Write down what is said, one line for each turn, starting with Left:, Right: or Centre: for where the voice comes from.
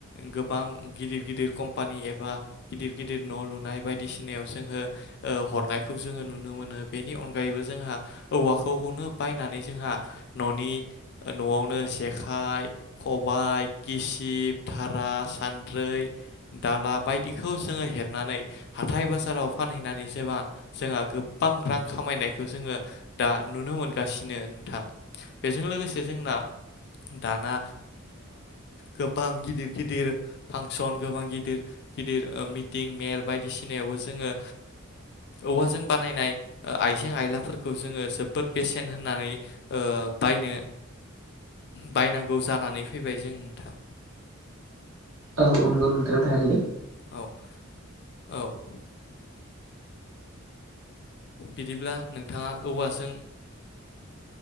Left: गोबां गिदिर गिदिर कम्पानि एबा गिदिर गिदिर न' लुनाय बायदिसिनायाव जोङो हरनायखौ जोङो नुनो मोनो बेनि अनगायैबो जोंहा औवाखौनो बायनानै जोंहा न'नि न'आवनो जेखाइ खबाइ गिसिब धारा सान्द्रै दाला बायदिखौ जोङो हेबनानै हाथाय बाजाराव फानहैनानै जोंहा गोबां रां खामायनायखौ जोङो दा नुनो मोनगासिनो नोंथां बेजों लोगोसे जोंना दाना गोबां गिदिर गिदिर फांसन गोबां गिदिर गिदिर मिटिं मेल बायदिसिनायावबो जोङो औवाजों बानायनाय आइजें आयलाफोरखौ जोङो जोबोद बेसेन होननानै बायनो बायनांगौ जानानै फैबाय जों नोंथां
Right: औ औ नोंथां थारैनो
Left: औ औ बिदिब्ला नोंथाङा औवाजों